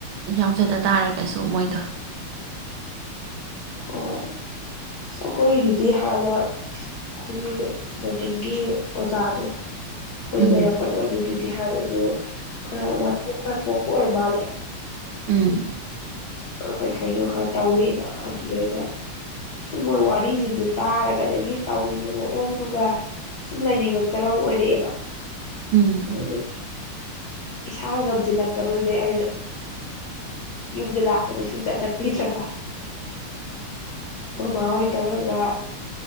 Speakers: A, on the right; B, on the left.
A: ꯌꯥꯎꯖꯗ ꯇꯥꯔꯒꯁꯨ ꯃꯣꯏꯗꯣ
B: ꯍꯣꯏ ꯑꯩꯈꯣꯏꯒꯤꯗꯨꯗꯤ ꯍꯥꯟꯅ ꯑꯩꯈꯣꯏꯒꯤ ꯕꯣꯔꯗꯤꯡꯒꯤ ꯑꯣꯖꯥꯗꯣ ꯑꯩꯈꯣꯏ
A: ꯎꯝ
B: ꯂꯩꯔꯛꯄꯗꯣ ꯑꯗꯨꯗꯨ ꯗꯤ ꯍꯥꯟꯅꯁꯨ ꯈꯔ ꯋꯥꯊꯣꯛ ꯈꯔ ꯊꯣꯛꯄ ꯑꯣꯏꯔ ꯃꯥꯜꯂꯦ
A: ꯎꯝ
B: ꯀꯩ ꯀꯩꯅꯣ ꯈꯔ ꯇꯧꯋꯦꯅ ꯑꯗꯨꯗꯩꯗ ꯁꯨꯝ ꯃꯣꯏ ꯋꯥꯔꯤꯁꯤꯡꯗꯨꯣ ꯇꯥꯔꯒꯗꯒꯤ ꯇꯧꯔꯤꯕ ꯃꯑꯣꯡꯗꯨꯒ ꯁꯨꯝ ꯂꯩꯅꯤꯡꯉꯛꯇꯕ ꯑꯃ ꯑꯣꯏꯔꯛꯑꯦꯕ
A: ꯎꯝ
B: ꯑꯗꯨꯗꯩ ꯏꯁꯥ ꯉꯝꯁꯤꯜꯂꯛꯇꯕꯗꯨꯗꯩ ꯑꯩꯅ ꯌꯨꯝꯗ ꯂꯥꯛꯄꯗꯩ ꯁꯨꯡꯆꯠ ꯆꯠ ꯄꯤꯗ꯭ꯔꯕ ꯕꯥꯣꯏ ꯇꯧꯔꯒ